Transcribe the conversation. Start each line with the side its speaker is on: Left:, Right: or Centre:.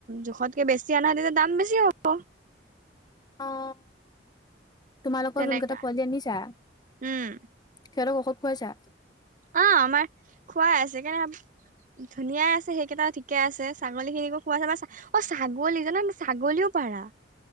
Right: জোখতকে বেছি আনা তেতিয়া দাম বেছি হ'ব।
Left: অঁ। তোমালোকৰ
Right: তেনেকা
Left: যোন কেইটা পোৱালি আনিছা,
Right: উম
Left: সিহঁতক ঔষধ খোৱাইছা?
Right: অ' আমাৰ খোৱাই আছে কেনে ধুনীয়াই আছে সেইকেইটাও ঠিকে আছে, ছাগলী খিনিকো খোৱাই আছে, অ' ছাগলী জানা ছাগলীও পাৰা।